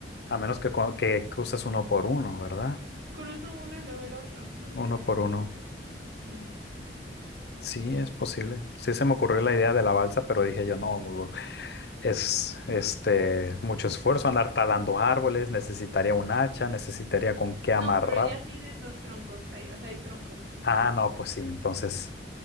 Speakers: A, on the left (about 65°); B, on the right (about 80°).
A: A menos que, cua- que cruces uno por uno, ¿verdad?
B: Cruzo uno, luego el otro, ¿no?
A: Uno
B: Sería
A: por
B: como
A: uno.
B: Sí.
A: Sí, es posible. Sí se me ocurrió la idea de la balsa, pero dije yo, no, boludo, es este mucho esfuerzo andar talando árboles, necesitaría un hacha, necesitaría con qué
B: No,
A: amarrar.
B: pero ya tienen los troncos ahí, o sea, hay troncos así.
A: Ah, no, pues sí, entonces